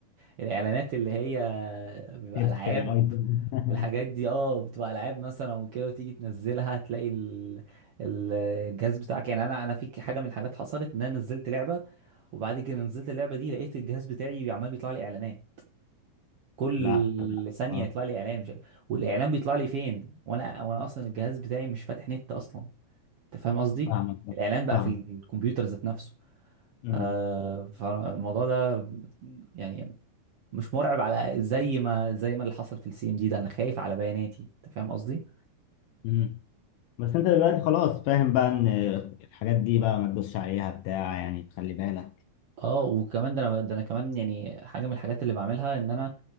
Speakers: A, on the right; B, on the left.
A: بالاعلانات اللي هي بيبقى
B: جبت
A: العاب
B: ايفون <laughs>
A: والحاجات دي اه بتبقى العاب مثلا وكده وتيجي تنزلها تلاقي ال... ال- الجهاز بتاعك يعني انا انا في حاجه من الحاجات حصلت ان انا نزلت لعبه وبعد كده نزلت اللعبه دي لقيت الجهاز بتاعي عمال بيطلع لي اعلانات كل
B: لا لا
A: ثانيه
B: اه
A: يطلع لي اعلان مش... والاعلان بيطلع لي فين وانا وانا اصلا الجهاز بتاعي مش فاتح نت اصلا انت فاهم قصدي
B: فاهمك
A: الاعلان بقى
B: فاهم
A: في الكمبيوتر ذات نفسه
B: أمم،
A: آه فالموضوع ده يعني مش مرعب على زي ما زي ما اللي حصل في السي ام دي ده انا خايف على بياناتي انت فاهم قصدي
B: أمم. بس انت دلوقتي خلاص فاهم بقى ان الحاجات دي بقى ما تدوسش عليها بتاع يعني تخلي بالك
A: اه وكمان ده انا ده انا كمان يعني حاجه من الحاجات اللي بعملها ان انا